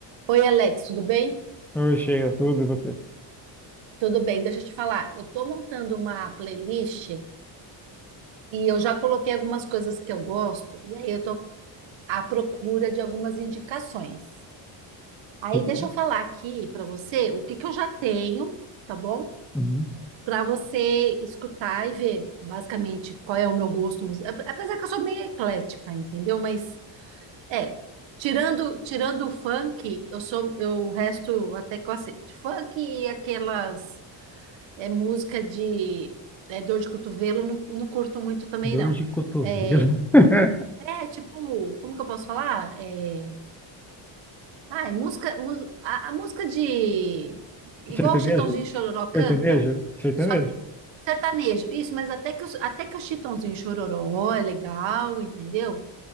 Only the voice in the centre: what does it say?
Oi, chega tudo, e você?
Sim.
Hum,
Dor
de cotovelo.
<laughs>
Sertanejo?
Sertanejo? Sertanejo?